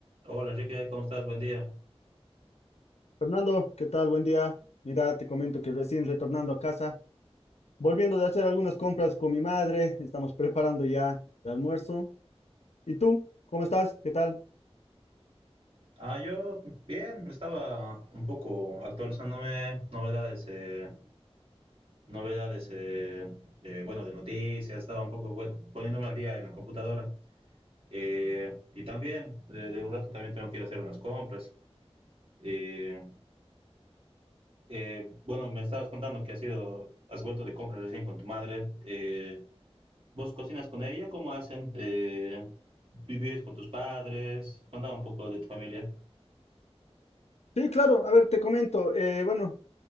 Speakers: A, on the right (about 55°); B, on the left (about 80°).
A: Hola Enrique, ¿cómo estás? Buen día.
B: Fernando, ¿qué tal? Buen día. Mira, te comento que recién retornando a casa, volviendo de hacer algunas compras con mi madre, estamos preparando ya el almuerzo. ¿Y tú? ¿Cómo estás? ¿Qué tal?
A: Ah, yo bien, estaba un poco actualizándome novedades, eh, novedades, eh, eh, bueno, de noticias, estaba un poco, bueno, poniéndome al día en la computadora. Eh, y también, de, de un rato también tengo que ir a hacer unas compras. Eh, eh, bueno, me estabas contando que has ido, has vuelto de compras recién con tu madre. Eh, ¿vos cocinas con ella? ¿Cómo hacen? Eh, ¿vivís con tus padres? Contaba un poco de tu familia.
B: Sí, claro, a ver, te comento. eh, bueno,